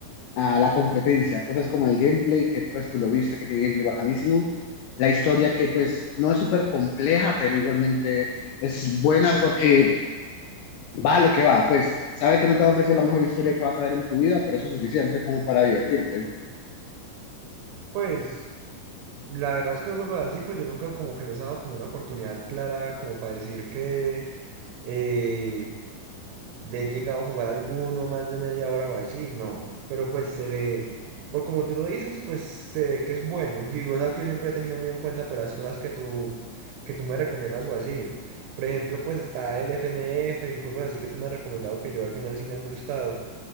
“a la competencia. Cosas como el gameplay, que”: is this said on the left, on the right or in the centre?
Left